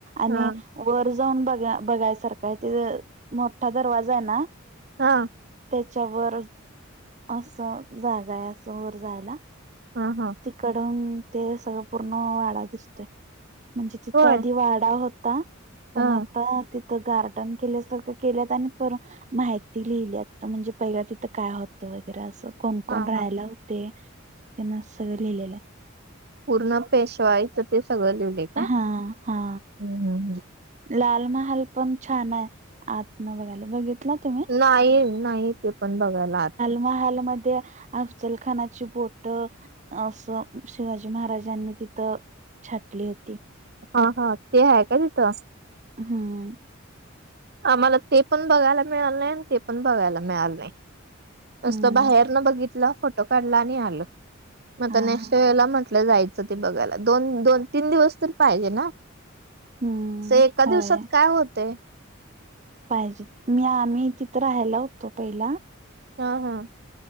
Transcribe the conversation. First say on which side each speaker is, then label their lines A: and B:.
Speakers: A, on the right (about 35°); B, on the right (about 50°).
A: आणि
B: हा
A: वर जाऊन बघा बघायसारख आहे तिथं मोठा दरवाजा आहे ना
B: हा.
A: त्याच्यावर असं जागा ये असं वर जायला.
B: ह ह.
A: तिकडून ते सगळं पूर्ण वाडा दिसतोय. म्हणजे तिथं
B: होय
A: आधी वाडा होता. पण
B: हा
A: आता तिथं गार्डन केल्या सारख केल्यात आणि <unintelligible> माहिती लिहिल्यात म्हणजे पहिल तिथं काय होतं वगैरे असं. कोण
B: हा
A: कोण राहायला
B: हा
A: होते. त्यांना असं सगळं लिहिलेलं आहे.
B: पूर्ण पेशवाइचं ते सगळं लिवलय.
A: आहा हा.
B: उम्म हम, हम.
A: लाल महाल पण छान आहे. आतन बघायला बघितला तुम्ही
B: नाही नाही ते पण बघायला आतन
A: हाल मद त्या अफजल खानाची बोट. असं शिवाजी महाराजांनी तिथं छाटली होती.
B: हा हा ते हाय का तिथं?
A: हम्म.
B: आम्हाला ते पण बघायला मिळालं नाही. आण ते पण बघायला मिळालं नाही. नुस्त
A: हम्म
B: बाहेर न बघितलं. फोटो काढला. आणि आलं. म आता
A: हा
B: नेक्स्ट
A: हा
B: वेळेला म्हटलं जायच ते बघायला. द दोन तीन दिवस तर पाहिजे ना?
A: हम्म
B: असे एका
A: होय
B: दिवसात काय होते?
A: पाहिजे. मी आम्ही तिथं राहायला होतो पहिला.
B: हा हा